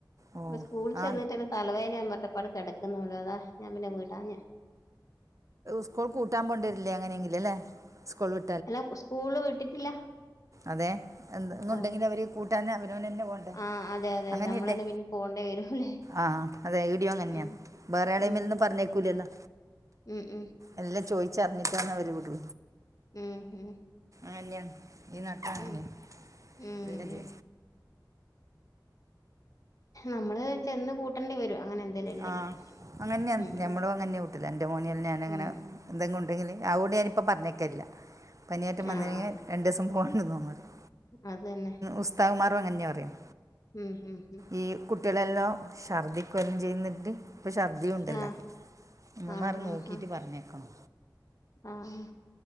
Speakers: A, on the right (about 45°); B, on the left (about 50°).
A: ഓ
B: ഇ സ്കൂള ചെന്നിട്ട്
A: ആ
B: തലവേദന എന്നും പറഞ്ഞ കിടക്കുന്നുള്ളല്ലോ അതാ ഞൻ പിന്നെ വീടാ ഞാ
A: സ്കൂൾ കൂട്ടാൻ പോണ്ടിരില്ലേ അങ്ങനെയെങ്കിലും അല്ലേ സ്കൂൾ വി
B: അല്ല സ്കൂള് വിട്ടിട്ടില്ല
A: അതെ എന്തെങ്കിലും
B: ആഹ്
A: ണ്ടെങ്കിൽ അവര് കൂട്ടാൻ അഭിനോനന്നെ പോ
B: ആഹ് അതെ അതെ
A: അങ്ങനെയല്ലേ
B: നമ്മളന്നെ പിന്നെ പോണ്ടേ വരൂല്ലേ
A: ആഹ് അതെ ഇവിടെയും അങ്ങനെയാ
B: ഉം
A: ബറള
B: ഉം
A: മിൽന്ന് പറഞ്ഞേക്കൂലല്ലോ
B: ഉം ഉം
A: എല്ലാം ചോദിച്ചറിഞ്ഞിട്ടാണ് അവര് വിടു
B: ഉം ഉം
A: ആന്നെയ ഈ നട്ടാന്നെ
B: ഉം ഉം
A: എല്ലാം
B: ഉം
A: ജോ
B: നമ്മള് ചെന്ന് കൂട്ടേണ്ടി വരും അങ്ങനെ എന്തേലും ഉണ്ടെങ്കി
A: ആ അങ്ങന്നെയാ
B: ഉം
A: ഞമ്മള അങ്ങന്നെയാ കൊട് എൻ്റെ മോനിയൽ ഞാനിങ്ങനെ
B: ഉം
A: എന്തെങ്കും ഉണ്ടെങ്കിൽ ആതോണ്ട് ഞാനിപ്പം പറഞ്ഞേക്കരില്ല പനിയാറ്റം വന്നിണെങ്കി
B: ആഹ്
A: രണ്ട് ദിവസം പോവാണ്ട്ന്നോ ന്നറിം
B: അതന്നെ
A: ഉസ്താവ് മാറും അങ്ങനെയാ പറയും
B: ഉം ഉം ഉം
A: ഈ കുട്ടികളെല്ലാം ഛർദിക്കുവല്ലും ചെയ്യുന്നിട്ട് ഇപ്പൊ ഛർദിയ ഉണ്ടല്ലോ
B: ആഹ്
A: ഉമ്മമാർ
B: ആഹ് ആഹ്
A: നോക്കിട്ട്
B: ആഹ്
A: പറഞ്ഞേക്കണോ
B: ആഹ് ആ